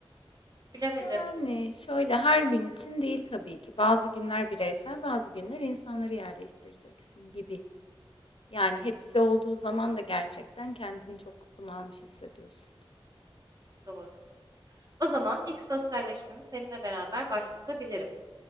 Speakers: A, on the right; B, on the left.
A: bilemedim.
B: Yani, şöyle, her gün için değil tabii ki. Bazı günler bireysel, bazı günler insanları yerleştireceksin gibi. Yani
A: Hmm,
B: hepsi olduğu zaman da gerçekten kendini çok bunalmış hissediyorsun.
A: doğru. O zaman ilk sosyalleşmemi seninle beraber başlatabilirim.